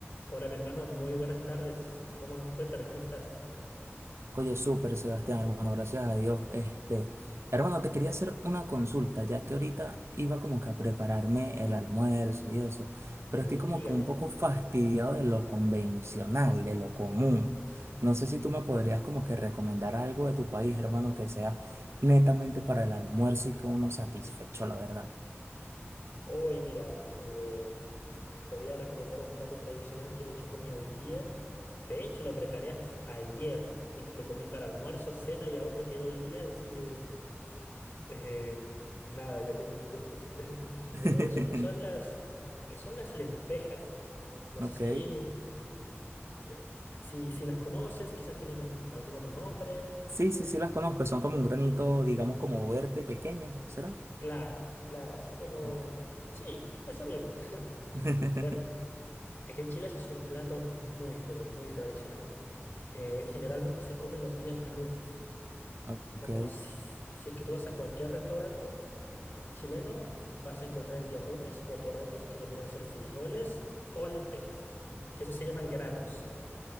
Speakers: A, on the left; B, on the right.
A: Hola, mi hermano, muy buenas tardes. ¿Cómo, cuéntame, ¿cómo estás?
B: Oye, súper, Sebastián, hermano, gracias a Dios. Este, hermano, te quería hacer una consulta, ya que ahorita iba como que a prepararme el almuerzo y eso, pero
A: Uy,
B: estoy como
A: dígame.
B: que un poco fastidiado de lo convencional, de lo común. No sé si tú me podrías como que recomendar algo de tu país, hermano, que sea netamente para el almuerzo y que uno satisfecho, la verdad.
A: Hoy, mira, eh, te voy a recomendar un plato tradicional que de hecho comí hoy día. De hecho, lo preparé as- ayer y lo comí para almuerzo, cena y aún me quedó hoy día, así que eh, nada, ya tengo mi cuerpo <laughs> lleno
B: <laughs>
A: de eso, que son las, que son las lentejas. No
B: Ok.
A: sé si, eh, si, si las conoces, quizás tienen algún otro nombre,
B: Sí, sí, sí las conozco. Son como un granito,
A: ¿sí?
B: digamos, como verde pequeño, ¿será?
A: Claro, claro, así como...
B: Ok.
A: Sí, eso mismo. <laughs>
B: <laughs>
A: Bueno, aquí en Chile ese es un plato muy, pero muy tradicional. Eh, generalmente se come los días lunes.
B: Ok.
A: Como si, si es que tú vas a cualquier restaurante chileno, vas a encontrar el día lunes o porotos, que vendrían a ser frijoles o lentejas, que eso se llaman granos.